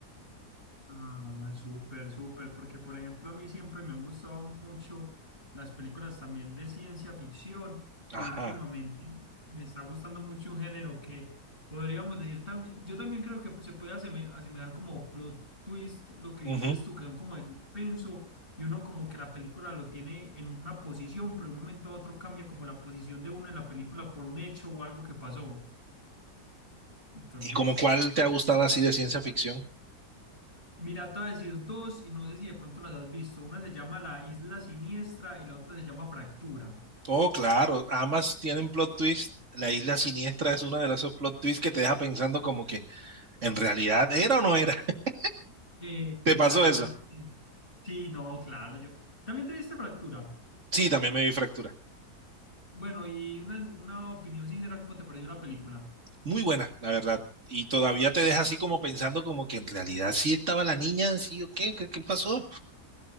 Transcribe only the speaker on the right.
Ajá.
ujú.
¿Y como cuál te ha gustado así de ciencia ficción?
Oh, claro, ambas tienen plot twist. La isla siniestra es una de esos plot twists que te deja pensando como que en realidad era o no era. <laughs>
¿Te
pasó eso?
Sí, también me vi Fractura.
Muy buena, la verdad. Y todavía te deja así como pensando como que en realidad sí estaba la niña, sí o qué, qué, qué pasó.